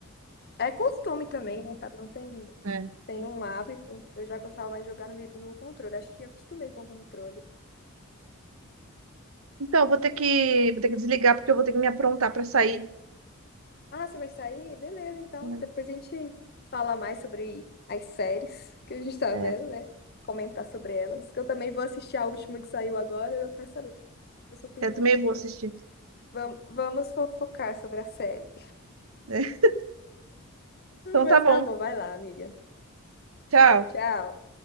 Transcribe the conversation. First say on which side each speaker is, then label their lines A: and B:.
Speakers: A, on the left; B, on the right.
A: É costume também, né? Cada um tem,
B: É.
A: tem um hábito. Eu já gostava mais de jogar no, vi- no controle. Acho que acostumei com o controle.
B: Então, eu vou ter que, vou ter que desligar porque eu vou ter que me aprontar para sair.
A: Ah, você vai sair? Beleza, então.
B: né?
A: Depois a gente fala mais sobre as séries que a gente tá
B: É.
A: vendo, né? Comentar sobre elas. Que eu também vou assistir a última que saiu agora, eu quero saber a sua opinião
B: Eu também
A: também.
B: vou assistir.
A: Vam- Vamos fofocar sobre a série.
B: <laughs>
A: <laughs>
B: Então
A: Mas
B: tá bom.
A: tá bom, vai lá, amiga.
B: Tchau.
A: Tchau.